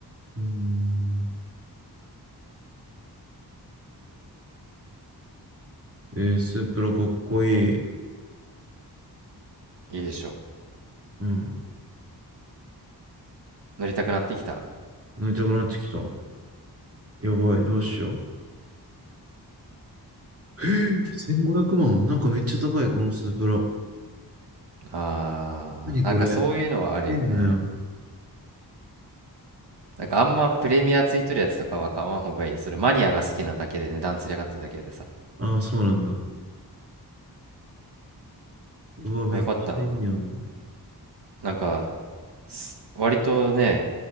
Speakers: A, on the right; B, on the right.
A: ーんえー、スープラかっこいい。
B: いいでしょ
A: うん。
B: う乗りたくなってきた
A: 飲みたくなってきた。やばい、どうしよう。えー1500万。なんかめっちゃ高い、このスープラ。
B: あーなんかそういうのはあるよね
A: 何これ。すげえんだよ。
B: なんかあんまプレミアついてるやつとかは買わん方がいいそれマニアが好きなだけで値段つり上がってるだけでさ
A: ああ、そうなんだ。うわ、めっちゃいいやん。
B: まあよかったわなんかす割とね